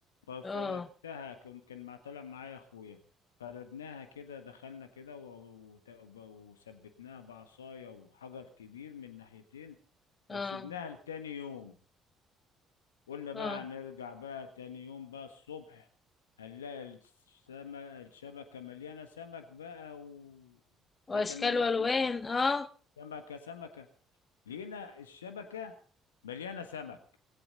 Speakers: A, on the left; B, on the left.
A: ففردتها
B: اه
A: كنت كان مع طالع معايا أخويا فردناها كده دخلنا كده و- وت- وثبتناها بعصاية وحجر كبير من ناحيتين وسبناها
B: اه
A: لتاني يوم قلنا
B: اه
A: بقى هنرجع بقى تاني يوم بقى الصبح هنلاقي السمك الشبكة مليانة سمك بقى وبدل
B: واشكال
A: ما نقعد
B: والوان
A: نصطاد
B: اه
A: سمكة سمكة لقينا الشبكة مليانة سمك